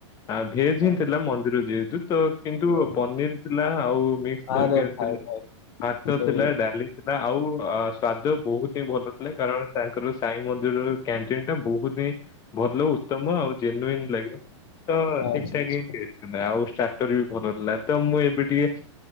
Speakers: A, on the left; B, on the left.
A: ଆ ଭେଜ୍
B: ହଁ,
A: ହିଁ ଥିଲା ମନ୍ଦିର ଯେହେତୁ ତ ତୁ
B: ହଁ,
A: ପନିର୍ ଥିଲା ଆଉ ମିକ୍ସ୍ ତରକାର
B: ଆରେ ଭାଇ
A: ଥିଲା
B: ଭାଇ
A: ଭାତ
B: ସେ
A: ଥିଲା ଡା ଡାଲି ଥିଲା ଆଉ ଆ ସ୍ଵାଦ ବହୁତ୍ ହିଁ ଭଲ ଥିଲା କାରଣ ତାଙ୍କର ସାଇ ମନ୍ଦିର କ୍ୟାଣ୍ଟିନ୍ ଟା ବହୁତ୍ ହିଁ ଭଲ ଉତ୍ତମ ଆଉ ଜେନୁଇନ୍ ଲାଗିବ। ତ
B: ଆଚ୍ଛା
A: ଠିକ୍ ଠାକ୍
B: ଆଚ୍ଛା
A: ହିଁ ଟେଷ୍ଟ୍ ଟା ଆଉ ଷ୍ଟାଟର ବି ଭଲ ଥିଲା ତ ମୁଁ ଏବେ ଟିକେ